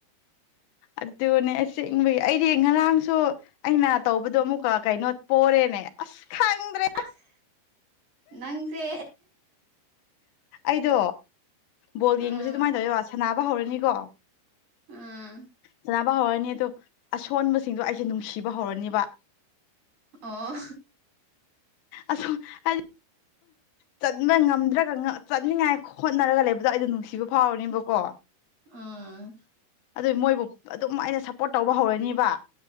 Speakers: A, on the left; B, on the right.
A: ꯑꯗꯨꯅꯦ ꯆꯤꯡꯕꯒꯤ ꯑꯩꯗꯤ ꯉꯔꯥꯡꯁꯨ ꯑꯩꯅ ꯇꯧꯕꯗꯣ ꯑꯃꯨꯛꯀ ꯀꯩꯅꯣ ꯄꯣꯔꯦꯅꯦ ꯑꯁ ꯈꯪꯗ꯭ꯔꯦ
B: ꯑꯁ ꯅꯪꯁꯦ
A: ꯑꯩꯗꯣ ꯕꯣꯜ ꯌꯦꯡꯕꯁꯦ
B: ꯑꯥ
A: ꯑꯗꯨꯃꯥꯏꯅ ꯇꯧꯋꯣ ꯁꯥꯟꯅꯕ ꯍꯧꯔꯅꯤꯀꯣ
B: ꯑꯥ
A: ꯁꯥꯟꯅꯕ ꯍꯧꯔꯅꯤ ꯑꯣ ꯑꯁꯣꯟꯕꯁꯤꯡꯗꯣ ꯑꯩꯁꯦ ꯅꯨꯡꯁꯤꯕ ꯍꯧꯔꯅꯦꯕ
B: ꯑꯣ
A: ꯑꯣ ꯍꯥꯏꯗꯤ ꯆꯠꯕ ꯉꯝꯗ ꯅꯠꯇ꯭ꯔꯒ ꯆꯠꯅꯤꯡꯉꯥꯏ ꯍꯣꯠꯅꯔꯒ ꯂꯩꯕꯗꯣ ꯑꯩꯗꯣ ꯅꯨꯡꯁꯤꯕ ꯐꯥꯎꯔꯅꯦꯕꯀꯣ
B: ꯑꯥ
A: ꯑꯗꯨ ꯃꯣꯏꯕꯨ ꯑꯗꯨꯝ ꯑꯩꯅ ꯁꯞꯄꯣꯔꯠ ꯇꯧꯕ ꯍꯧꯔꯅꯤꯕ